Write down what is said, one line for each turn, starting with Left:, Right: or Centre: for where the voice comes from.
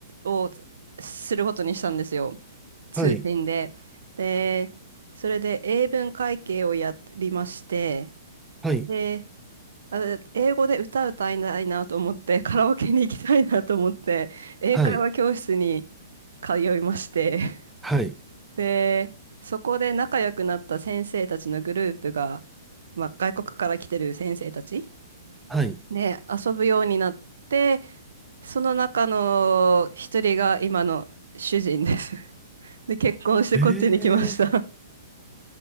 Right: をすることにしたんですよ。通信で。
Centre: はい、
Right: で、それで英文会計をやりまして、
Centre: はい、
Right: で、あの英語で歌歌いたいなと思って、<laughs> カラオケに行きたいなと思って、英会話教室に
Centre: はい、
Right: 通いまして、
Centre: はい、
Right: <laughs> で、そこで仲良くなった先生たちのグループが、まあ、外国から来てる先生たち
Centre: はい。
Right: で遊ぶようになって、その中の一人が今の主人です。<laughs> で、結婚してこっちに来ました。
Centre: あ、ええ